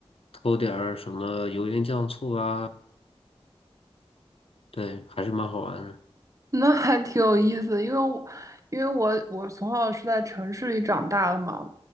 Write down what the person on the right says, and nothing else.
<laughs> 那还挺有意思，因为我因为我我从小是在城市里长大的嘛，